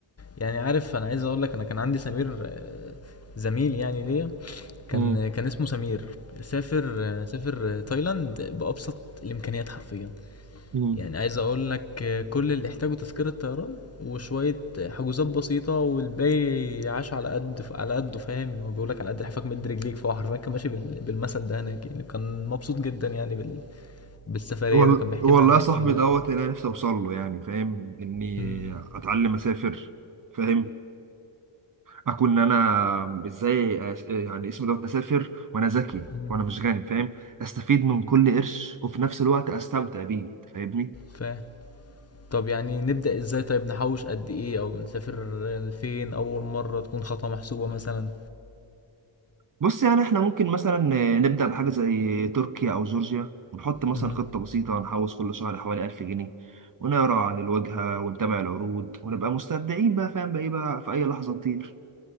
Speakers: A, on the left; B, on the right.
A: يعني عارف انا عايز اقول لك انا كان عندي سمير آه، زميل يعني ليا كان
B: مم.
A: كان اسمه سمير سافر آه، سافر آه، تايلاند بابسط الامكانيات حرفيا
B: حلو
A: يعني عايز اقول لك آه، كل اللي احتاجه تذكرة طيران وشوية آه، حجوزات بسيطة والباقي عاش على قد على قده فاهم هو بيقول لك على قد لحافك مد رجليك فهو حرفيا كان ماشي بال- بالمثل ده هناك يعني كان مبسوط جدا يعني بال... بالسفرية
B: وال...
A: دي وكان بيحكي
B: والله
A: لنا عنها
B: يا صاحبي
A: كتير
B: دوت اللي انا نفسي اوصل له يعني فاهم اني
A: مم.
B: اتعلم اسافر فاهم اكون انا ازاي أس... يعني اسمه دوت اسافر وانا ذكي
A: مم.
B: وانا مش غني فاهم استفيد من كل قرش وفي نفس الوقت استمتع بيه فاهمني
A: فاهم طب يعني نبدأ ازاي طيب نحوش قد ايه او نسافر فين اول مرة تكون خطوة محسوبة مثلا
B: بص يعني احنا ممكن مثلا نبدا بحاجه زي تركيا او جورجيا ونحط مثلا
A: مم.
B: خطه بسيطه نحوش كل شهر حوالي 1000 جنيه ونقرا عن الواجهه ونتابع العروض ونبقى مستبدعين بقى فاهم بقى ايه بقى في اي لحظه نطير